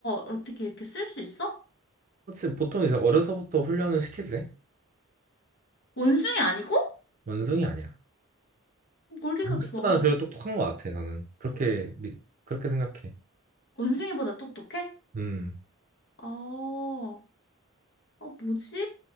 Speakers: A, on the left (about 55°); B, on the right (about 40°).
A: 어떻게 이렇게 쓸 수 있어?
B: 그렇지, 보통 이제 어려서부터 훈련을 시키지.
A: 원숭이 아니고?
B: 원숭이 아니야.
A: 머리가
B: 생각보다
A: 좋아.
B: 그래도 똑똑한 것 같아, 나는. 그렇게, 미- 그렇게 생각해.
A: 원숭이보다 똑똑해?
B: 음.
A: 아, 아, 뭐지?